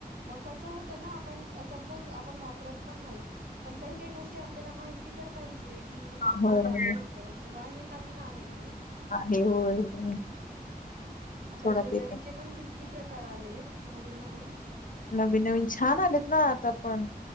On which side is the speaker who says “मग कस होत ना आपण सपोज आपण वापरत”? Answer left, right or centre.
Right